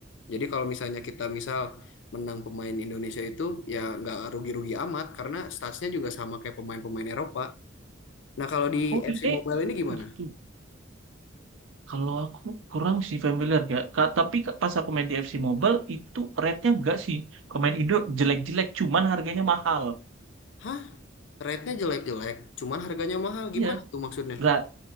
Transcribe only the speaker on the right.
Oh,
i- eh
gitu. Kalau aku kurang sih familiar ya. Ka- Tapi ka- pas aku main di FC Mobile itu rate-nya enggak sih. Kalau main Indo jelek-jelek cuman harganya mahal.
Iya.
Lah,